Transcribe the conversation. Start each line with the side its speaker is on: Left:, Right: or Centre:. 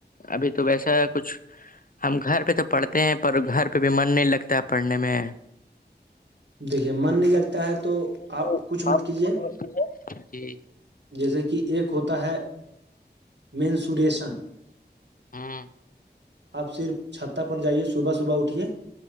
Left: ابھی تو ویسا ہے کچھ ہم گھر پہ تو پڑھتے ہیں پر گھر پہ بھی من نہیں لگتا ہے پڑھنے میں
Right: دیکھیے من نہیں لگتا ہے تو
Left: تو
Right: کچھ مت
Left: آپ
Right: کیجیے
Left: کو سمجھ ہے جی
Right: جیسے کہ ایک ہوتا ہے مینسوریشن
Left: ہاں
Right: آپ صرف چھتہ پر جائیے صبح صبح اٹھیے